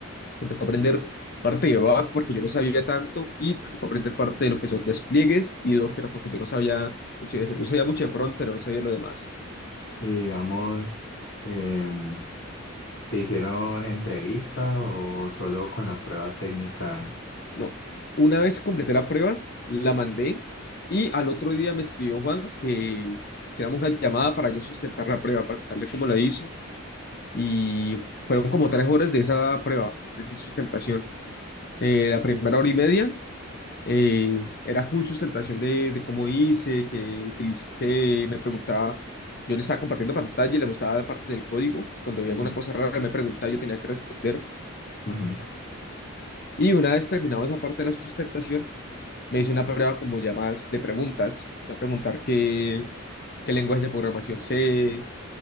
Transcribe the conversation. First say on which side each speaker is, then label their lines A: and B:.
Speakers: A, on the left (about 45°); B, on the left (about 60°).
A: Me tocó aprender parte de back porque yo no sabía tanto y me tocó aprender parte de lo que son despliegues y Docker porque yo no sabía mucho de eso. Yo sabía mucho de front, pero no sabía lo demás.
B: Y digamos, em, ¿Te hicieron entrevista o solo con la prueba técnica?
A: No. Una vez completé la prueba, la mandé y al otro día me escribió Juan que hiciéramos una llamada para yo sustentar la prueba, para contarle cómo la hizo. Y fueron como tres horas de esa prueba, de esa sustentación. Eh, la primera hora y media eh, era full sustentación de, de cómo hice, que utilicé, me preguntaba, yo le estaba compartiendo pantalla y le mostraba dar partes del código, cuando había
B: Ujú.
A: alguna cosa rara me preguntaba, yo tenía que responder.
B: Ujú,
A: Y una vez terminado esa parte de la sustentación, me hice una prueba como ya más de preguntas, o sea, preguntar qué, qué lenguajes de programación sé,